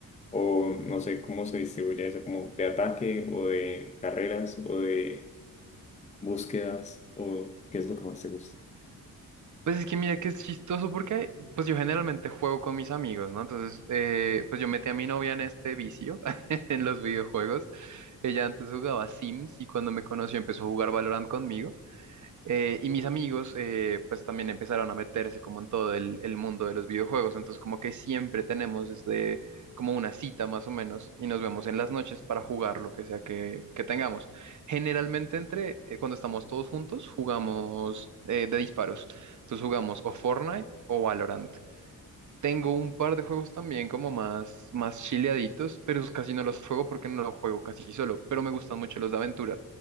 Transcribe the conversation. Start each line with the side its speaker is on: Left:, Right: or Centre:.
Left: O no sé cómo se distribuye eso, como de ataque o de carreras o de búsquedas o qué es lo que más te gusta. O
Right: Pues es que mira que es chistoso porque pues yo generalmente juego con mis amigos, ¿no? Entonces, eh, pues yo metí a mi novia en este vicio, <laughs> en los videojuegos. Ella antes jugaba Sims y cuando me conoció empezó a jugar Valorant conmigo. Eh, y mis amigos, eh, pues también empezaron a meterse como en todo el, el mundo de los videojuegos. Entonces, como que siempre tenemos este, como una cita más o menos, y nos vemos en las noches para jugar lo que sea que, que tengamos. Generalmente, entre, eh, cuando estamos todos juntos, jugamos eh, de disparos. Entonces, jugamos o Fortnite o Valorant. Tengo un par de juegos también como más, más chileaditos, pero esos casi no los juego porque no los juego casi solo, pero me gustan mucho los de aventura.